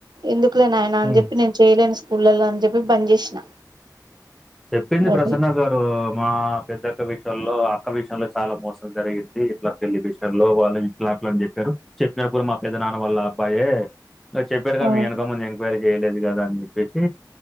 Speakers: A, on the right (about 75°); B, in the centre.
A: ఎందుకులే నాయన అని
B: ఉమ్
A: చెప్పి నేను చేయలేను స్కూళ్లలో అని చెప్పి బంద్ చేసిన
B: చెప్పింది ప్రసన్న
A: అది
B: సార్ సో మా పెద్దక్క విషయంలో అక్క విషయంలో చాలా మోసం జరిగింది ఇట్లా పెళ్లి విషయంలో వాళ్ళు ఇట్లా అట్లా అని చెప్పారు చెప్పినపుడు మా పెద్ద నాన్న వాళ్ళ అబ్బాయే చెప్పారు కదా
A: అవును
B: మీ వెనక ముందు ఎంక్వైరీ చేయలేదు కదా అని చెప్పేసి